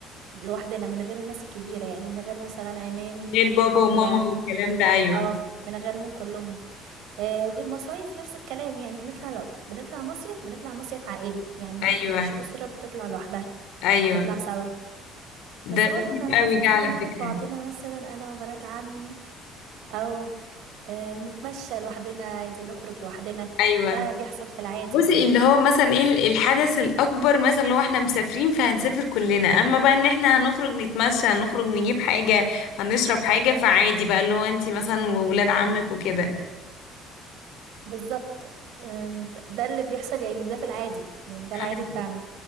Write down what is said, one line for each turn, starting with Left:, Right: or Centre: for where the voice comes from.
Right: لوحدنا من غير الناس الكبيرة يعني من غير مثلا عمامي
Left: غير بابا وماما
Right: و
Left: والكلام ده ايوه
Right: اه من غيرهم كلهم آه وفي المصايف نفس الكلام يعني هنطلع لو بنطلع مصيف بنطلع مصيف عائلي يعني
Left: ايوه
Right: مفيش أسرة بتطلع لوحدها
Left: ايوه
Right: بنطلع سوا بس
Left: ده
Right: برضه
Left: لطيف
Right: بننعزل
Left: قوي ده
Right: كده
Left: على
Right: ناخد
Left: فكرة
Right: بعضنا مثلا أنا وبنات عمي أو آه نتمشى لوحدنا عايزين نخرج لوحدنا
Left: ايوه
Right: ده بيحصل في العادي
Left: بصي
Right: يعني
Left: اللي هو مثلا ايه ال- الحدث الاكبر مثلا لو احنا مسافرين فهنسافر كلنا اما بقى ان احنا هنخرج نتمشى هنخرج نجيب حاجة هنشرب حاجة فعادي بقى اللي هو انتي مثلا وولاد عمك وكده
Right: بالظبط آم، ده ده اللي بيحصل يعني ده في العادي يعني ده
Left: حاجة-
Right: العادي بتاعنا